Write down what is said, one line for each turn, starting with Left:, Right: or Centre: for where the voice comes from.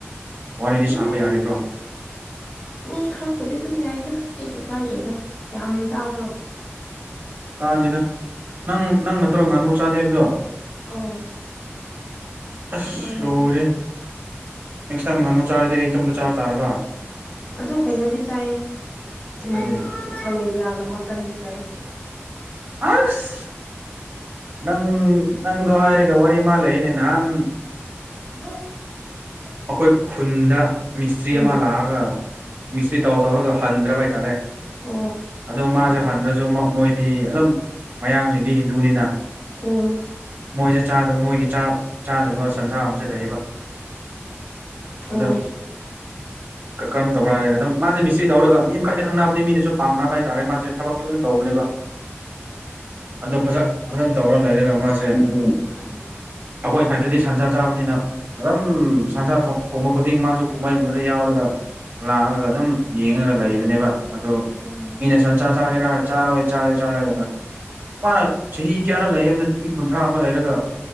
Right: ꯋꯥꯔꯤꯗꯤ
Left: ꯎꯝ
Right: ꯁꯥꯕ ꯌꯥꯔꯤꯕ꯭ꯔꯣ
Left: ꯎꯝ ꯈꯔꯛꯄꯨꯗꯤ ꯑꯗꯨꯝ ꯌꯥꯏꯗ ꯀꯩꯁꯨ ꯀꯥꯏꯗꯦꯗ ꯌꯥꯝ ꯇꯥꯕ꯭ꯔꯣ
Right: ꯑꯥ ꯑꯗꯨꯗ ꯅꯪ ꯅꯪ ꯅꯠꯇ꯭ꯔꯣ ꯉꯥꯅꯨ ꯆꯥꯗꯦꯕꯗꯣ
Left: ꯑꯧ
Right: ꯑꯁ꯭ꯂꯔꯤ
Left: ꯃꯥꯅꯦ
Right: ꯅꯦꯛꯁ ꯇꯥꯏꯝ ꯉꯥꯅꯨ ꯆꯥꯔꯗꯤ ꯑꯩ ꯏꯇꯣꯝꯇ ꯆꯥꯕ ꯇꯥꯔꯕ
Left: ꯑꯗꯨ ꯀꯩꯅꯣꯗꯤ ꯆꯥꯏꯌꯦ ꯎꯝ
Right: ꯀꯔꯤ
Left: ꯀꯂꯦꯖꯒ ꯀꯗꯤ ꯆꯑ
Right: ꯑꯁ ꯅꯪ ꯅꯪꯗꯣ ꯍꯥꯏꯔꯒ ꯋꯥꯔꯤ ꯃꯥꯜꯂꯏꯅꯦ ꯅꯍꯥꯟ
Left: <unintelligible>
Right: ꯑꯩꯈꯣꯏ ꯈꯨꯟꯗ ꯃꯤꯁꯇ꯭ꯔꯤ
Left: ꯎꯝ
Right: ꯑꯃ ꯂꯥꯛꯑꯒ ꯃꯤꯁꯇ꯭ꯔꯤ ꯇꯧ ꯇꯧꯔꯒ ꯍꯟꯗ꯭ꯔꯕ ꯍꯥꯏꯇꯥꯔꯦ
Left: ꯑꯣ
Right: ꯑꯗꯣ ꯃꯥꯁꯦ ꯍꯟ꯭ꯔ ꯃꯣꯏꯗꯤ ꯑꯗꯨꯝ ꯃꯌꯥꯡꯁꯤꯡꯗꯤ ꯍꯤꯟꯗꯨꯅꯤꯅ
Left: ꯎꯝ
Right: ꯃꯣꯏꯁꯦ ꯆꯥꯗꯕ ꯃꯣꯏꯒꯤ ꯆꯥꯛ ꯆꯥꯗꯕ ꯁꯟꯖꯥ ꯑꯃꯁꯨ ꯂꯩꯌꯦꯕ ꯑꯗꯣ
Left: ꯎꯝ
Right: ꯀꯔꯝ ꯇꯧꯔ ꯍꯥꯏꯔꯦ ꯑꯗꯨꯝ ꯃꯥꯁꯦ ꯃꯤꯁꯇ꯭ꯔꯤ ꯇꯧꯔꯒ ꯃꯤ ꯑꯃ ꯃꯈꯥꯏꯩꯅ ꯈꯪꯅꯕꯅꯤ ꯃꯤꯅꯁꯨ ꯄꯥꯝꯅꯕ ꯍꯥꯏꯇꯥꯥꯔꯦ ꯃꯥꯁꯦ ꯊꯕꯛꯇꯤ ꯐꯖꯅ ꯇꯧꯕꯅꯦꯕ ꯑꯗꯣ ꯐꯖ
Left: ꯑꯣ
Right: ꯐꯖꯅ ꯇꯧꯔ ꯂꯩꯔꯒ ꯃꯥꯁꯦ
Left: ꯍ <unintelligible>
Right: ꯑꯩꯈꯣꯏ
Left: <inaudible>
Right: ꯁꯥꯏꯗꯠꯇꯗꯤ ꯁꯟꯁꯥ ꯆꯥꯕꯅꯤꯅ ꯑꯗꯨꯝ ꯁꯟꯖꯥ ꯈꯨꯗꯤꯡ ꯃꯥꯁꯨ ꯀꯨꯝꯍꯩꯒꯨꯝꯕꯗ ꯌꯥꯎꯔꯒ ꯂꯥꯛꯑꯒ ꯑꯗꯨꯝ ꯌꯦꯡꯉꯒ ꯂꯩꯕꯅꯦꯕ ꯑꯗꯨ
Left: ꯑꯣ
Right: ꯃꯤꯅꯦ ꯁꯆꯥ ꯆꯒꯔ ꯆꯥ ꯑꯣꯏ ꯆꯥꯔꯦ ꯆꯥꯔꯣꯏꯔꯒ ꯃꯥꯅ ꯆꯍꯤ ꯀꯌꯥꯅ ꯂꯩꯕꯗ ꯆꯍꯤ ꯀꯨꯟꯊ꯭ꯔꯥ ꯑꯃ ꯂꯩꯔꯒ